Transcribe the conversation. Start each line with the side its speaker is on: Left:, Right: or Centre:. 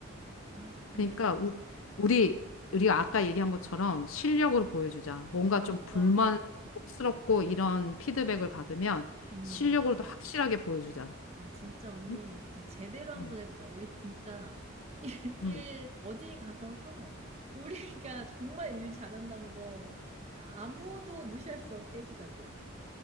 Right: 아, 근데,
Left: 그러니까 우, 우리 우리가 아까 얘기한 것처럼 실력으로 보여주자. 뭔가
Right: 아,
Left: 좀
Right: 좋아.
Left: 불만스럽고 이런 피드백을 받으면
Right: 음.
Left: 실력으로도 확실하게 보여주자.
Right: 아, 진짜 언니,
Left: 응?
Right: 진짜 제대로 한번
Left: 응,
Right: 해보자. 우리 진짜 <laughs>
Left: 응.
Right: 일, 일 어디 가서서 우리가 <laughs> 정말 일 잘한다는 거 진짜 아무도 무시할 수 없게 해주자고.